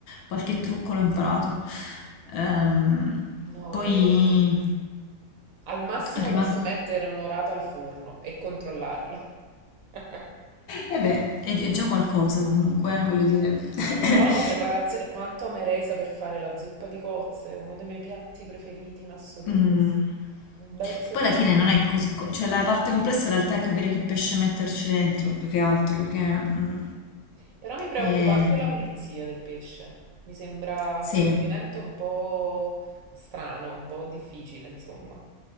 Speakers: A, on the left; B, on the right.
A: qualche trucco l'ho imparato. Ehm,
B: No,
A: poi
B: io proprio... Al massimo
A: arrivando...
B: posso mettere un'orata al forno e controllarla. <laughs>
A: E beh, è, è già qualcosa comunque, voglio dire. <coughs>
B: Però preparazioni... Quanto amerei saper fare la zuppa di cozze, uno dei miei piatti preferiti in assoluto.
A: Mm.
B: Un bel
A: Che
B: sauté.
A: poi alla fine non è così, co- cioè la parte complessa in realtà è capire che pesce metterci dentro,
B: Mm.
A: più che altro, perché mm,
B: Però mi preoccupa
A: eh,
B: anche la pulizia del pesce. Mi sembra
A: sì,
B: un procedimento un po' strano, un po' difficile, insomma.